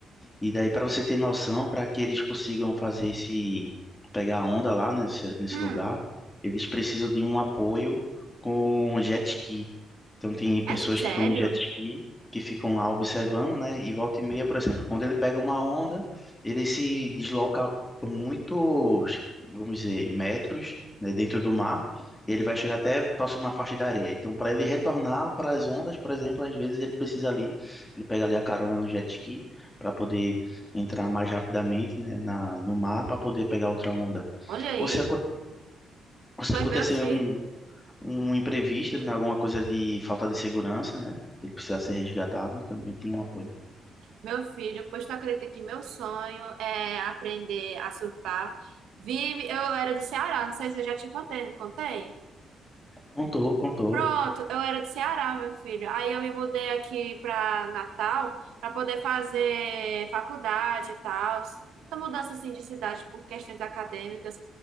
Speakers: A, on the left; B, on the right.
A: e daí, para você ter noção, para que eles consigam fazer esse, pegar a onda lá nesse, nesse
B: Hum,
A: lugar, eles precisam de um apoio com jet ski. Então, tem pessoas
B: é sério?
A: que estão no jet ski, que ficam lá observando, né? E volta e meia, por exemplo, quando ele pega uma onda, ele se desloca por muitos, vamos dizer, metros, né, dentro do mar, e ele vai chegar até próximo à faixa da areia. Então, para ele retornar para as ondas, por exemplo, às vezes ele precisa ali, ele pega ali a carona no jet ski para poder entrar mais rapidamente, né, na, no mar para poder pegar outra onda.
B: Olha aí.
A: Ou se, aco- ou se
B: Foi
A: acontecer
B: meu filho.
A: um, um imprevisto, né, alguma coisa de falta de segurança, né? Ele precisar ser resgatado, também tem um apoio.
B: Meu filho, pois tu acredita que meu sonho é aprender a surfar? Vi, eu era do Ceará, não sei se eu já te contei, não contei?
A: Contou, contou.
B: Pronto, eu era do Ceará, meu filho. Aí eu me mudei aqui para Natal para poder fazer faculdade e tal. Essa mudança assim de cidade por questões acadêmicas.